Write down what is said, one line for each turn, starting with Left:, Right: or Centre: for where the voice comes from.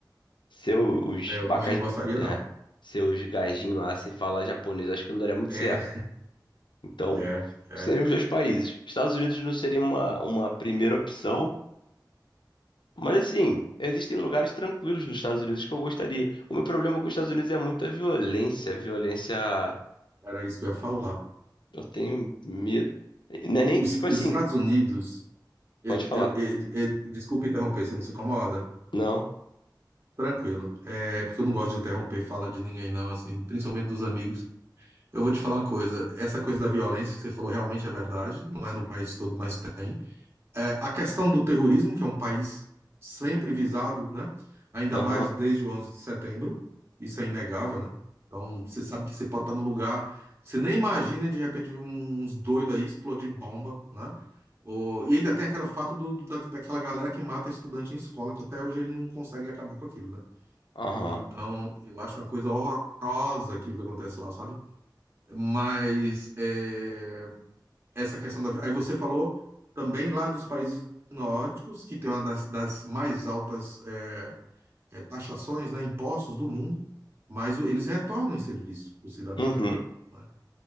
Left: Seus os
Right: É, eu
Left: bacas,
Right: também não gostaria,
Left: é,
Right: não.
Left: seus gajinhos lá sem falar japonês, acho que não daria muito
Right: É,
Left: certo. Então,
Right: é, é.
Left: seriam os dois países. Estados Unidos não seria uma, uma primeira opção. Mas assim, existem lugares tranquilos nos Estados Unidos que eu gostaria. O meu problema com os Estados Unidos é muita violência. Violência.
Right: Era isso que eu ia falar.
Left: Eu tenho medo. Não é nem,
Right: Os,
Left: tipo assim,
Right: os Estados Unidos Eu-
Left: pode falar.
Right: eu- eu- eu- desculpa interromper, você não se incomoda?
Left: Não.
Right: Tranquilo. É, porque eu não gosto de interromper fala de ninguém, não, assim, principalmente dos amigos. Eu vou te falar uma coisa, essa coisa da violência que você falou realmente é verdade, não é no país todo, mas tem. É, a questão do terrorismo, que é um país sempre visado, né? Ainda
Left: Aham.
Right: mais desde o 11 de setembro, isso é inegável, né? Então, você sabe que você pode estar no lugar, você nem imagina e de repente vir uns doidos aí explodir bomba, né? Ou- e ainda tem aquele fato do, do- da, daquela galera que mata estudante em escola, que até hoje ele não consegue acabar com aquilo, né?
Left: Aham.
Right: Então, eu acho uma coisa horrorosa aquilo que acontece lá, sabe? Mas é, essa questão da. Aí você falou também lá dos países nórdicos, que tem uma das, das mais altas é, é, taxações, né, impostos do mundo, mas o- eles retornam em serviço o cidadão.
Left: Uhum.
Right: né?